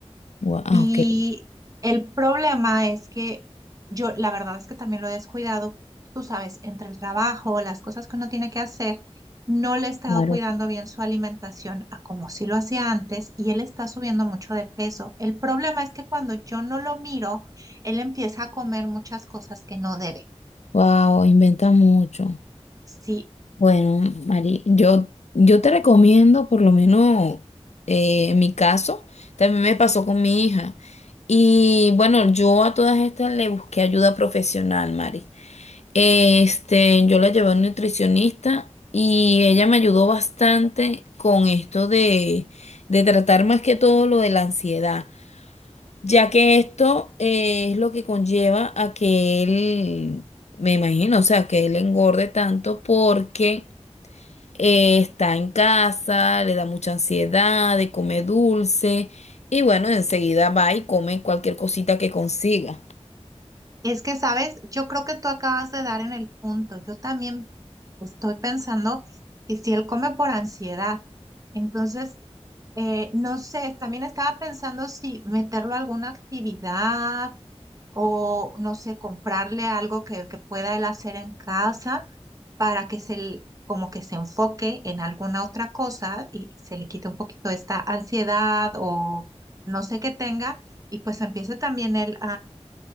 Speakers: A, on the left; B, on the right.
A: Wow,
B: y
A: ok,
B: el problema es que yo, la verdad es que también lo he descuidado, tú sabes, entre el trabajo, las cosas que uno tiene que hacer, no le he estado
A: claro.
B: cuidando bien su alimentación a como si lo hacía antes y él está subiendo mucho de peso. El problema es que cuando yo no lo miro, él empieza a comer muchas cosas que no debe.
A: Wow, inventa mucho.
B: Sí,
A: Bueno, Mari, yo, yo te recomiendo, por lo menos eh, en mi caso, también me pasó con mi hija. Y bueno, yo a todas estas le busqué ayuda profesional, Mari. Este, yo la llevé a un nutricionista y ella me ayudó bastante con esto de, de tratar más que todo lo de la ansiedad, ya que esto eh, es lo que conlleva a que él, me imagino, o sea, que él engorde tanto porque eh, está en casa, le da mucha ansiedad de comer dulce y bueno, enseguida va y come cualquier cosita que consiga.
B: Es que, sabes, yo creo que tú acabas de dar en el punto. Yo también estoy pensando que si él come por ansiedad, entonces, eh, no sé, también estaba pensando si meterlo a alguna actividad o, no sé, comprarle algo que, que pueda él hacer en casa para que se, l- como que se enfoque en alguna otra cosa y se le quite un poquito esta ansiedad o no sé qué tenga y pues empiece también él